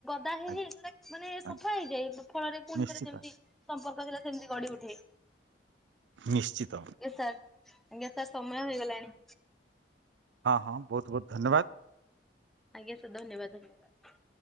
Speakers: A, in the centre; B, on the right.
A: ତା ହେଇରେ
B: ଆଜ୍ଞା
A: ଏଗୁଡା ମାନେ ସଫା
B: ଆଜ୍ଞା
A: ହେଇଯାଏ ଫଳରେ ପୁଣି
B: ନିଶ୍ଚିତ
A: ଥରେ ଯେମିତି ସମ୍ପର୍କ ଥିଲା ସେମିତି ଗଢି ଉଠେ।
B: ନିଶ୍ଚିତ।
A: ୟେସ୍ ସାର୍ ଆଜ୍ଞା ତା ସମୟ ହେଇଗଲାଣି।
B: ହଁ ହଁ ବହୁତ ବହୁତ ଧନ୍ୟବାଦ।
A: ଆଜ୍ଞା ସାର୍ ଧନ୍ୟବାଦ ଧନ୍ୟବାଦ।